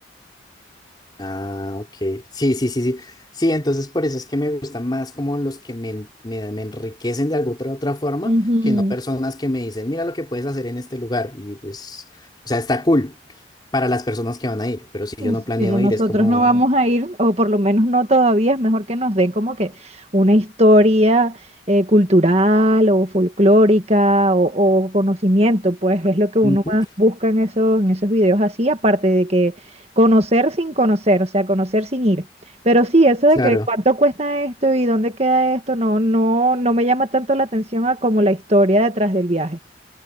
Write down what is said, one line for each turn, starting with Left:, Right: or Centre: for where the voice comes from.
Left: Ah, ok. Sí, sí, sí, sí. Sí, entonces por eso es que me gustan más como los que me, en- me- me enriquecen de alguna otra, otra forma
Right: Ujú.
Left: que no personas que me dicen, mira lo que puedes hacer en este lugar. Y pues, o sea, está cool para las personas que van a ir, pero si
Right: Pues,
Left: yo no planeo
Right: Pero nosotros
Left: ir, es como,
Right: no vamos a ir, o por lo menos no todavía, es mejor que nos den como que una historia eh, cultural o folclórica o, o conocimiento, pues es lo que uno
Left: "Ujú,
Right: más busca en esos, en esos videos así, aparte de que conocer sin conocer, o sea, conocer sin ir. Pero sí, eso
Left: claro.
Right: de que cuánto cuesta esto y dónde queda esto, no, no, no me llama tanto la atención a como la historia detrás del viaje.